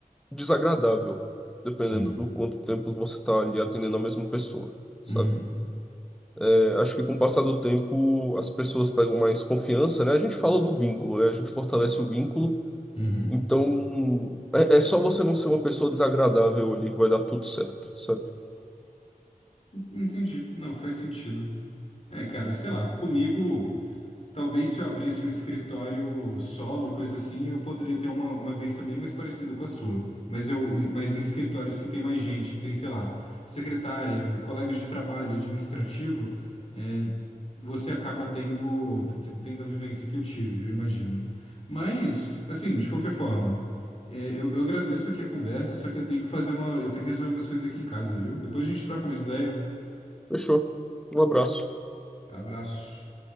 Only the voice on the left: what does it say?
Hum.
Uhum.
Uhum.
Entendi. Não, faz sentido. É, cara, sei lá, comigo, talvez se eu abrisse um escritório solo e coisa assim, eu poderia ter uma, uma vivência bem mais parecida com a sua. Mas eu, mas em escritórios que tem mais gente, que tem, sei lá, secretária, colegas de trabalho, administrativo, é, você acaba tendo, t- tendo a vivência que eu tive, eu imagino. Mas, assim, de qualquer forma, é, eu, eu agradeço aqui a conversa, só que eu tenho que fazer uma, eu tenho que resolver umas coisas aqui em casa, viu? Depois a gente troca mais ideia.
Abraço.